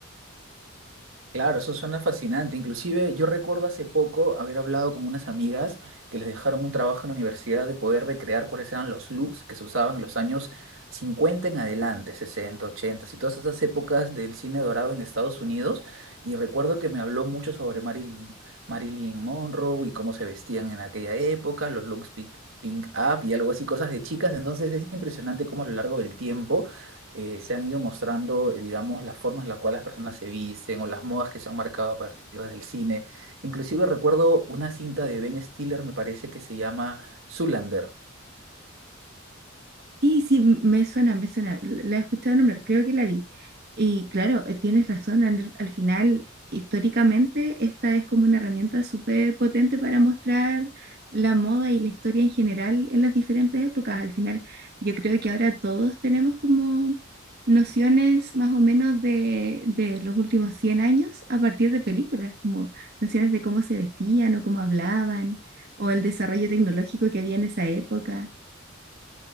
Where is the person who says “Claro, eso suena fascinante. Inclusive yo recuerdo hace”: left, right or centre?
Right